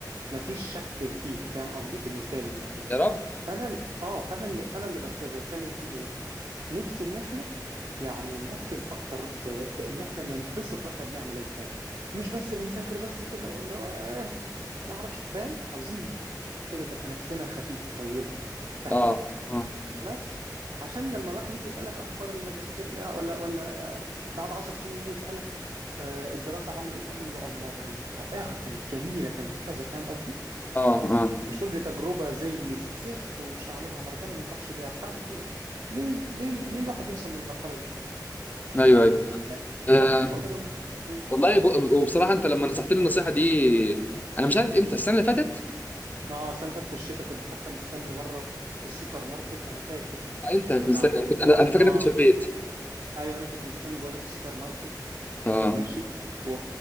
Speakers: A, on the right; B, on the left.
A: ما فيش شك فيها فاهم قصدي بالنسبه لي من ناحيتي
B: يا رب
A: فانا ال- اه فانا اللي فانا اللي بت- بتكلم فيه ايه نفسي ان احنا يعني نركز اكتر في في ان احنا ننبسط واحنا بنعمل الحاجه مش بس بنذاكر بس كده ولا هو اه ما اعرفش فاهم عاوزين كده تبقى نفسنا خفيفه طيبه سهله
B: اه اه
A: بس عشان لما الواحد يجي يسألك أخبار الماجستير إيه ولا ولا بعد عشر سنين يجي يسألك آه، الدراسة عاملة إيه تقول له الله كانت رائعة كانت جميلة كانت كذا فاهم قصدي؟
B: اه اه
A: مش تقول دي تجربة زي الزفت ومش هعملها مرة تانية ما انصحش بيها حد و... ليه ليه ليه الواحد يوصل للمرحلة دي؟
B: ايوه ايوه
A: فاهم؟
B: آه.
A: بس هو ده اللي أنا بفهم مم.
B: والله ب- وبصراحه انت لما نصحتني النصيحه دي انا مش عارف امتى السنه اللي فاتت
A: اه السنة اللي فاتت في الشتاء كنت حتى مستني بره السوبر ماركت أنا فاكر
B: آه، انت من
A: كنا
B: السنه
A: على التليفون
B: كنت انا انا فاكر
A: اه
B: اني كنت في البيت
A: ايوه انا كنت مستني بقول لك السوبر ماركت
B: اه
A: ماشي و...